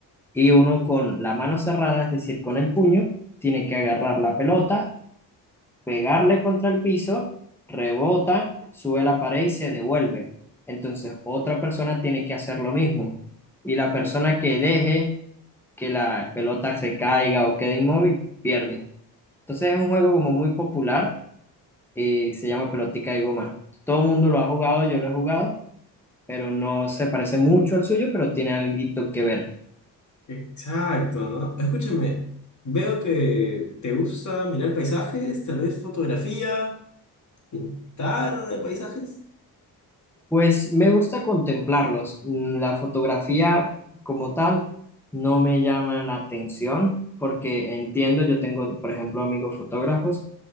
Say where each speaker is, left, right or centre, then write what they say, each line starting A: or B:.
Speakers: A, in the centre; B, on the left.
A: y uno con la mano cerrada, es decir, con el puño, tiene que agarrar la pelota pegarle contra el piso, rebota, sube la pared y se devuelve. Entonces, otra persona tiene que hacer lo mismo. Y la persona que deje que la pelota se caiga o quede inmóvil, pierde. Entonces, es un juego como muy popular y se llama pelotica de goma. Todo el mundo lo ha jugado, yo lo he jugado, pero no se parece mucho al suyo, pero tiene algo que ver.
B: Exacto, ¿no? Escúchame, veo que te gusta mirar paisajes, tal vez fotografía, pintar eh, paisajes.
A: Pues me gusta contemplarlos. Mm, La fotografía como tal no me llama la atención porque entiendo, yo tengo, por ejemplo, amigos fotógrafos